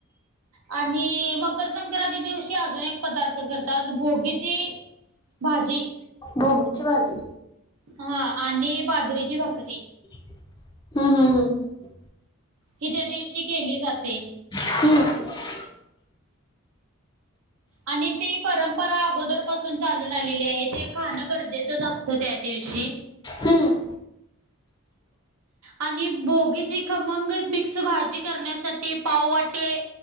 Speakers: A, on the right; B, on the left.
A: आणि मग मकर संक्रांती दिवशी अजून एक पदार्थ करतात भोगीची भाजी
B: भोगीची भाजी
A: हा आणि बाजरीची भाकरी
B: हम्म हम्म हम्म
A: हि त्या दिवशी केली जाते
B: हम्
A: आणि ती परंपरा अगोदर पासून चालून आलेली आहे ते खाणं गरजेचं जा असतं त्या दिव खुशीी
B: हम्म
A: आणि भोगीची खमंग मिक्स भाजी करण्यासाठी पाववाटे